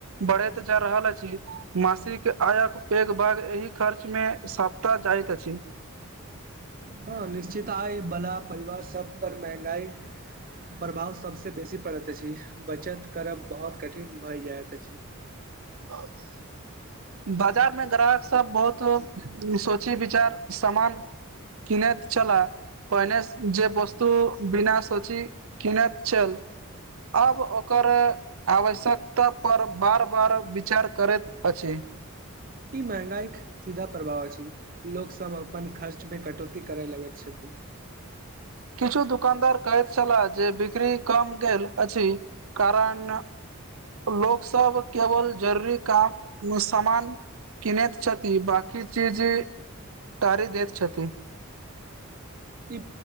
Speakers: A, on the right; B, on the right.
A: बढ़े तऽ जा रहल अछि मासिक आयक पेघ भाग एहि खर्च मे सप्ताह जाइत अछि <unintelligible>
B: हँ निश्चित आइ बला परिवार सब पर महंगाई प्रभाव सबसे बेसी पड़ैत अछि बचत करब बहुत कठिन भए जाइत अछि
A: <unintelligible> बाजार में ग्राहक सब बहुत लोक सोची विचार सामान किनेैत चला पहिने जे वस्तु बिना सोची किने छैल अब ओकर आवश्यकता पर बार बार विचार करैत अछि
B: ई महगाइ इक सीधा प्रभाव छै लोक सब अपन खर्च मे कटौती करय लगैत छथिन
A: किछु दुकानदार कहैत छलाह जे बिक्री कम गेल अछि कारण लोक सब केवल जरूरी काम सामान किनैत छथि बाकी चीज टारि दैत छथि
B: ई